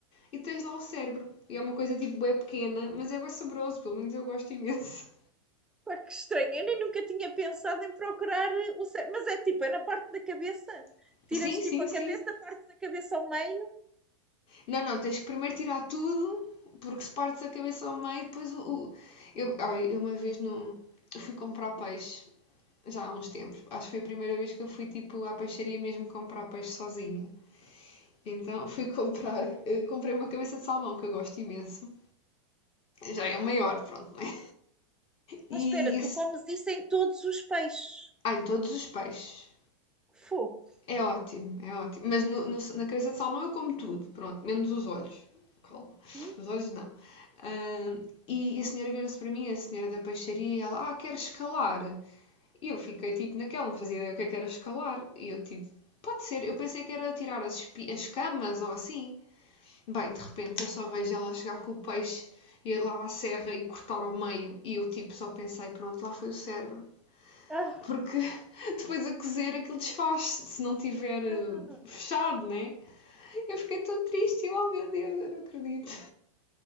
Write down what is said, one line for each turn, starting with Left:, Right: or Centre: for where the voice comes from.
Left: e tens lá o cérebro. E é uma coisa tipo bem pequena, mas é bem saboroso, pelo menos eu gosto imenso.
Centre: Pá, que estranho. Eu nem nunca tinha pensado em procurar eh, o cérebro. Mas é tipo, é na parte da cabeça.
Left: <laughs>
Centre: Tiras
Left: Sim,
Centre: tipo
Left: sim,
Centre: a
Left: sim.
Centre: cabeça, partes a cabeça ao meio.
Left: Não, não, tens que primeiro tirar tudo, porque se partes a cabeça ao meio, depois o. o- Eu, ai, eu uma vez no, fui comprar peixe já há uns tempos. Acho que foi a primeira vez que eu fui tipo à peixaria mesmo comprar peixe sozinha. Então fui comprar, eh, comprei uma cabeça de salmão que eu gosto imenso. Já é maior, pronto, né? E
Centre: Ah, espera, tu
Left: isso,
Centre: comes isso em todos os peixes.
Left: ah, em todos os peixes.
Centre: Fogo.
Left: É ótimo, é ótimo. Mas no- no- na cabeça de salmão eu como tudo, pronto, menos os olhos. Calma,
Centre: Hum?
Left: os olhos não. Ah, e a senhora virou-se para mim, a senhora da peixaria, e ela, ah, quer escalar? E eu fiquei tipo naquela, não fazia ideia o que é que era escalar. E eu tipo, pode ser, eu pensei que era tirar as, as camas ou assim. Bem, de repente eu só vejo ela chegar com o peixe, ir lá à serra e cortar ao meio. E eu tipo só pensei, pronto, lá foi o cérebro.
Centre: Ah,
Left: Porque <laughs> depois a cozer aquilo desfaz se não tiver eh,
Centre: ah,
Left: fechado, né? Eu fiquei tão triste, eu, oh meu Deus, eu não acredito.